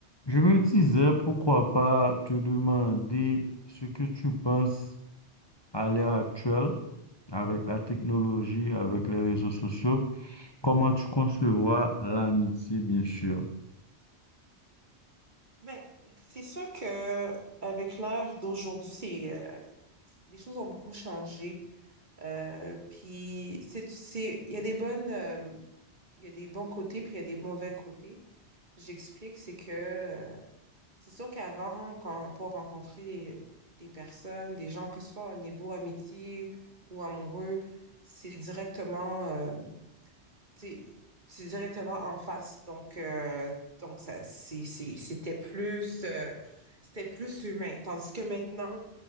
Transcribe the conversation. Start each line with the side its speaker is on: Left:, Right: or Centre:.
Left: Je me disais, pourquoi pas te demander ce que tu penses à l'ère actuelle avec la technologie, avec les réseaux sociaux, comment tu concevoir l'amitié, bien sûr.
Right: Ben, c'est sûr que avec l'ère d'aujourd'hui, c'est euh, les choses ont beaucoup changé. Euh, puis c'est c'est il y a des bonnes euh, il y a des bons côtés puis il y a des mauvais côtés. J'explique, c'est que euh, c'est sûr qu'avant, quand pour rencontrer des, des personnes, des gens, que ce soit au niveau amitié ou amoureux, c'est directement euh, c'est c'est directement en face. Donc, euh, donc ça, c'est, c'est- c'était plus, euh, c'était plus humain. Tandis que maintenant,